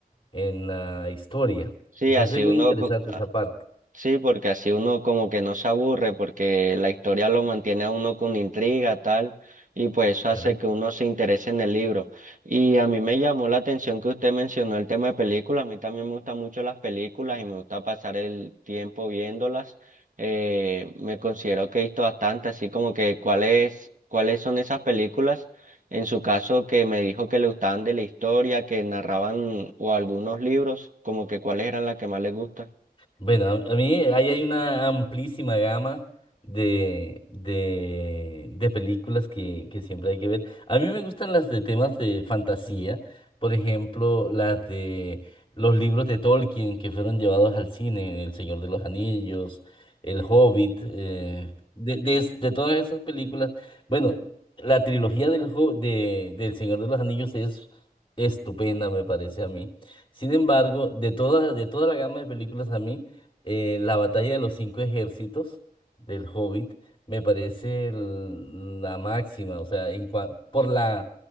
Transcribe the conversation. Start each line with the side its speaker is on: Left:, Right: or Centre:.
Left: en la historia.
Right: Sí,
Left: Entonces
Right: así
Left: es muy
Right: uno
Left: interesante
Right: co-
Left: esa parte.
Right: Sí, porque así uno como que no se aburre, porque la historia lo mantiene a uno con intriga, tal, y pues eso
Left: Claro.
Right: hace que uno se interese en el libro. Y a mí me llamó la atención que usted mencionó el tema de películas, a mí también me gustan mucho las películas y me gusta pasar el tiempo viéndolas. Eh, me considero que he visto bastante, así como que cuáles, cuáles son esas películas, en su caso que me dijo que le gustaban de la historia, que narraban o algunos libros, como que cuáles eran las que más le gustan.
Left: Bueno, a a mí ahí hay una amplísima gama de, de, de películas que, que siempre hay que ver. A mí me gustan las de temas de fantasía, por ejemplo, las de los libros de Tolkien que fueron llevados al cine, El Señor de los Anillos, El Hobbit, eh, de, de, es- de todas esas películas. Bueno, la trilogía del, Jo- de, del Señor de los Anillos es estupenda, me parece a mí. Sin embargo, de toda, de toda la gama de películas a mí, eh, la batalla de los cinco ejércitos del Hobbit me parece el- la máxima, o sea, en cua- por la,